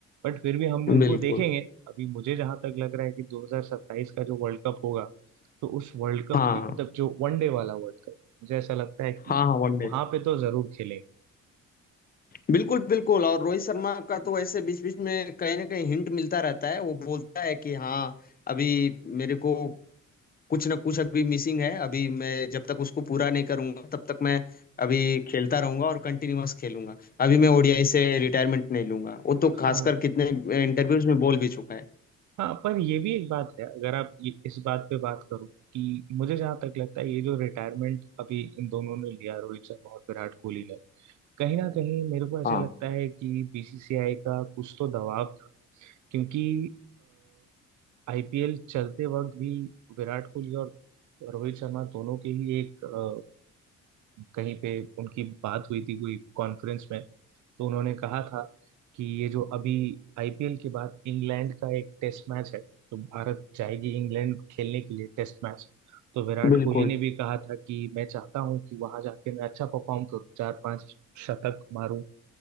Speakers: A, on the right; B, on the left.
A: बट फिर भी हम उनको
B: बिल्कुल
A: देखेंगे अभी मुझे जहां तक लग रहा है कि 2027 का जो वर्ल्ड कप होगा तो उस वर्ल्ड कप
B: हाँ
A: की मतलब जो वनडे वाला वर्ल्ड कप मुझे ऐसा लगता है कि
B: हाँ हाँ वनडे
A: वहां पे तो जरूर खेलेंगे
B: बिल्कुल बिल्कुल और रोहित शर्मा का तो ऐसे बीच बीच में कहीं ना कहीं हिंट मिलता रहता है वो बोलता है कि हाँ अभी मेरे को कुछ ना कुछ अभी मिसिंग है अभी मैं जब तक उसको पूरा नहीं करूंगा तब तक मैं अभी खेलता रहूंगा और कंटिन्यूअस खेलूंगा अभी मैं ओडीआई से रिटायरमेंट नहीं लूंगा वो तो
A: हाँ
B: खासकर कितने इंटरव्यूज में बोल भी चुका है
A: हाँ पर ये भी एक बात है अगर आप ये- इस बात पे बात करो कि मुझे जहां तक लगता है ये जो रिटायरमेंट अभी इन दोनों ने लिया रोहित शर्मा और विराट कोहली ने कहीं ना कहीं मेरे को ऐसा
B: हाँ
A: लगता है कि बीसीसीआई का कुछ तो दबाव क्योंकि आईपीएल चलते वक्त भी विराट कोहली और रोहित शर्मा दोनों के ही एक अ, कहीं पे उनकी बात हुई थी कोई कॉन्फ्रेंस में तो उन्होंने कहा था कि ये जो अभी आईपीएल के बाद इंग्लैंड का एक टेस्ट मैच है तो भारत जाएगी इंग्लैंड खेलने के लिए टेस्ट मैच तो विराट
B: बिल्कुल
A: कोहली ने भी कहा था कि मैं चाहता हूं कि वहां जाके मैं अच्छा परफॉर्म करूं चार पांच शतक मारूं